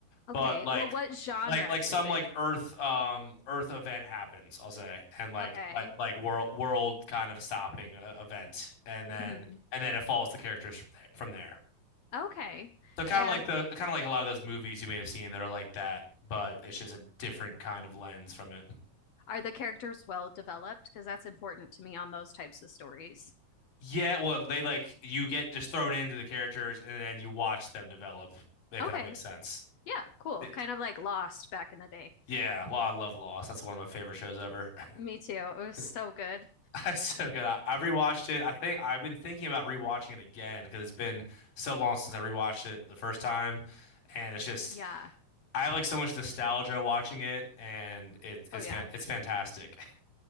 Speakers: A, on the left; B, on the left.
A: Okay.
B: but like,
A: Well, what genre
B: like like
A: is
B: some
A: it?
B: like Earth um Earth event happens, I'll say, and like
A: Okay.
B: like like world world kind of stopping uh, event, and then
A: hmm
B: and then it follows the characters from there. From there.
A: Okay.
B: So kind
A: And
B: of like the kind of like a lot of those movies you may have seen that are like that, but it's just a different kind of lens from it.
A: are the characters well developed? Because that's important to me on those types of stories.
B: Yeah, well, they like you get just thrown into the characters and then you watch them develop, if
A: Okay.
B: that makes sense.
A: Yeah, cool.
B: Th-
A: Kind of like Lost back in the day.
B: Yeah, Law, I love Lost. That's one of my favorite shows ever.
A: Me
B: <laughs>
A: too. It was
B: 'Cause
A: so good.
B: <laughs> It's so good. I, I rewatched it. I think I've been thinking about rewatching it again because it's been so long since I rewatched it the first time, and it's just
A: Yeah.
B: I have like so much nostalgia watching it, and it, it's
A: Oh, yeah.
B: fan it's fantastic.